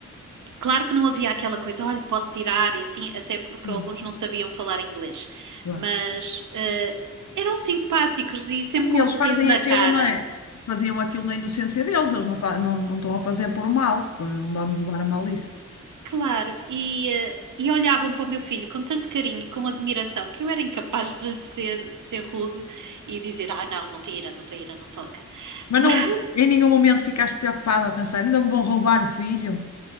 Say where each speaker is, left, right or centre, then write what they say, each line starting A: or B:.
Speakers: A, on the right (about 80°); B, on the left (about 60°).
A: Claro que não havia aquela coisa, olha, posso tirar e assim, até porque
B: Sim,
A: alguns não sabiam falar inglês,
B: claro.
A: mas eh, eram simpáticos e
B: Sim,
A: sempre com
B: Eles
A: um sorriso
B: fazem
A: na
B: aquilo,
A: cara,
B: não é? Faziam aquilo na inocência deles, eles não, fa- não, não estão a fazer por mal, não vamos levar a mal isso.
A: claro, e, eh, e olhavam para o meu filho com tanto carinho, com admiração, que eu era incapaz de lhe ser, de ser rude e dizer, ah, não, não tira, não tira, não toca.
B: Mas
A: <laughs>
B: não, em nenhum momento ficaste preocupada a pensar, ainda me vão roubar o filho.